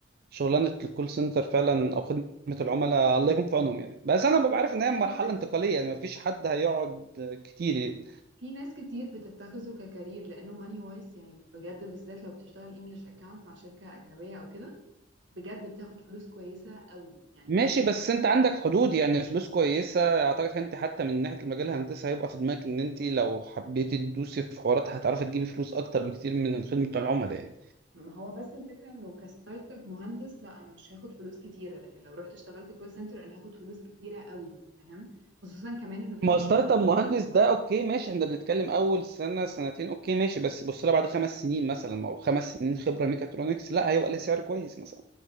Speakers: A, on the right; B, on the right.
A: شغلانة الكول سنتر فعلا او خدمة العملاء الله يكون في عونهم يعني بس انا ببقى عارف
B: ماني
A: ان هي مرحلة
B: وايز
A: انتقالية يعني مفيش حد هيقعد كتير يعني.
B: في ناس كتير بتتخذه ككارير لانه ماني وايز يعني بجد بالذات لو بتشتغل انجلش اكاونت مع شركه اجنبيه او كده بجد بتاخد فلوس كويسه قوي يعني
A: ماشي
B: فلوس
A: بس انت عندك حدود يعني فلوس كويسة اعتقد انت حتى من ناحية المجال الهندسي هيبقى في دماغك ان انت لو حبيتي تدوسي في حوارات هتعرفي تجيبي فلوس اكتر بكتير من خدمة العملاء يعني
B: ما هو بس الفكرة انه كستارت اب مهندس لا انا مش هاخد فلوس كتيرة لكن لو رحت اشتغلت كول سنتر انا هاخد فلوس كتيرة قوي فاهم خصوصا كمان انه في
A: ما
B: ناس
A: هو ستارت
B: بقى اللي
A: اب مهندس
B: بتشتغل
A: ده اوكي ماشي احنا بنتكلم اول سنة سنتين اوكي ماشي بس بص لها بعد خمس سنين مثلا او خمس سنين خبرة ميكاترونكس لا هيبقى ليه سعر كويس مثلا